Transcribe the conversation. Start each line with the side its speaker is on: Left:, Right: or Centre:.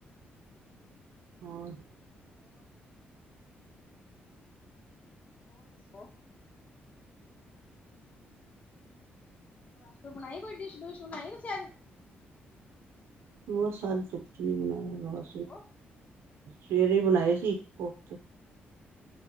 Right: ਹੋਰ
Left: ਹੋਰ ਹੋਰ ਦੱਸੋ? ਹੋਰ ਅੱਜ ਕੋਈ ਬਣਾਈ ਕੋਈ ਡਿਸ਼ ਡੁਸ਼ ਬਣਾਈ ਤੁਸੀ ਅੱਜ?
Right: ਬੋ ਸਾਰੀ ਧੁਪ ਚ <inaudible>
Left: ਹੈਲੋ,
Right: ਸਵੇਰੇ ਬਣਾਏ ਸੀ ਕੋਫਤੇ।